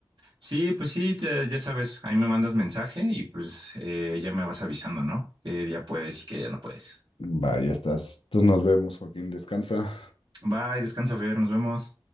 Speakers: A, on the right; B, on the left.
A: Sí, pues sí, te- ya sabes, ahí me mandas mensaje y pues eh, ya me vas avisando, ¿no? Que ya puedes y que ya no puedes.
B: Va, ya estás. Entonces nos vemos, Joaquín, descansa.
A: Bye, descansa, Fer, nos vemos.